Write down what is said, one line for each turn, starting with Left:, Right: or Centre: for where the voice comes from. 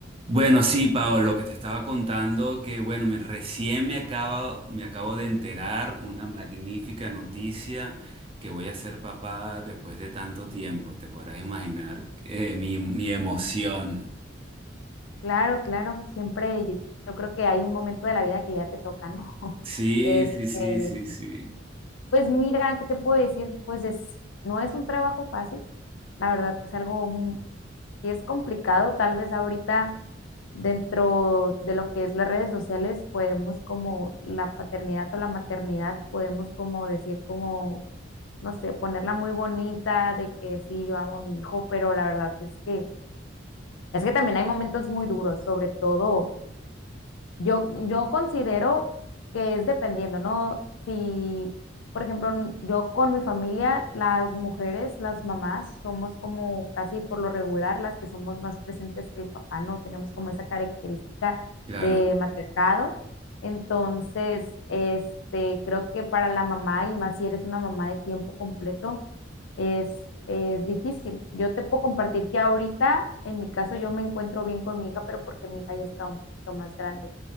Right: Bueno, sí, Pablo, lo que te estaba contando, que bueno, me- recién me acaba, me acabo de enterar una magnífica noticia que voy a ser papá después de tanto tiempo, te podrás imaginar eh, mi, mi emoción.
Left: Claro, claro, siempre yo, yo creo que hay un momento de la vida que ya te toca, ¿no? <laughs>
Right: Sí,
Left: Este,
Right: sí, sí, sí, sí.
Left: pues mira, ¿qué te puedo decir? Pues es, no es un trabajo fácil, la verdad es algo, mu- sí es complicado, tal vez ahorita dentro de lo que es las redes sociales podemos como la paternidad o la maternidad, podemos como decir como, no sé, ponerla muy bonita de que sí, yo amo a mi hijo, pero la verdad es que, es que también hay momentos muy duros, sobre todo. Yo, yo considero que es dependiendo, ¿no? Si, por ejemplo, n- yo con mi familia, las mujeres, las mamás, somos como casi por lo regular las que somos más presentes que el papá, ¿no? Tenemos como esa característica
Right: Claro,
Left: de matriarcado. Entonces, este, creo que para la mamá, y más si eres una mamá de tiempo completo, es, es difícil. Yo te puedo compartir que ahorita, en mi caso, yo me encuentro bien con mi hija, pero porque mi hija ya está un poquito más grande.